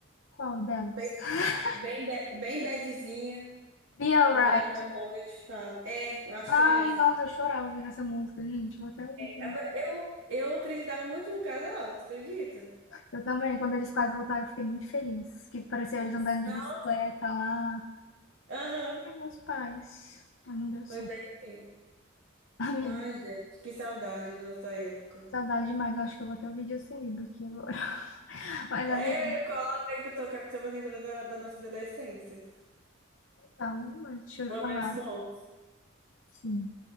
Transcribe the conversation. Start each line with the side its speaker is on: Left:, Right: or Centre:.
Left: Qual delas?
Right: Bem,
Left: <laughs>
Right: bem, ba- bem badzinha.
Left: Be Alright.
Right: Eu vou lembrar o nome, eu te falo. É, eu acho
Left: Ai,
Right: que é essa.
Left: nossa, eu chorava ouvindo essa música, gente. Eu até hoje.
Right: Agora, Eu, eu acreditava muito no casal, você acredita?
Left: Eu também, quando eles quase voltaram, eu fiquei muito feliz. Que pareceu eles
Right: Eu tô
Left: andando
Right: assim,
Left: de
Right: não,
Left: bicicleta lá.
Right: aham,
Left: Ai, meus pais. Mas Não deu
Right: foi
Left: certo.
Right: bem assim.
Left: <laughs> Amiga,
Right: Ai, gente, que saudade da nossa época.
Left: saudade demais. Eu Acho que eu vou ter o vídeo sem livro aqui agora. <laughs> Mas,
Right: É,
Left: amiga,
Right: coloca aí pra tocar que você vai lembrar da, da nossa adolescência.
Left: então, mas deixa
Right: Momentos
Left: eu falar.
Right: bons.
Left: Sim.